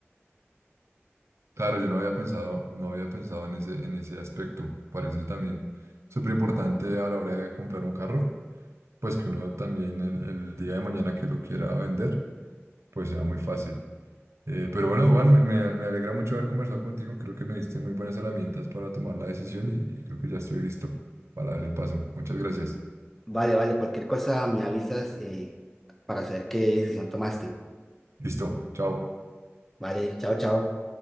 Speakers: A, on the right; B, in the centre.
A: Claro, yo no había pensado, no había pensado en ese, en ese aspecto. Parece también súper importante a la hora de comprar un carro, pues que uno también el, el día de mañana que lo quiera vender, pues sea muy fácil. Eh, pero bueno, Juan, me, me me alegra mucho haber conversado contigo. Creo que me diste muy buenas herramientas para tomar la decisión y y creo que ya estoy listo para el paso. Muchas gracias.
B: Vale, vale, cualquier cosa me avisas eh, para saber qué decisión tomaste.
A: Listo, chao.
B: Vale, chao, chao.